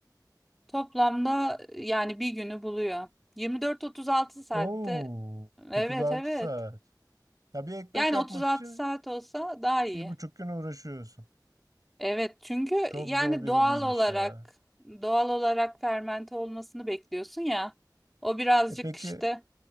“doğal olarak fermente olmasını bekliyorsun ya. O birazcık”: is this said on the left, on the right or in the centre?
Centre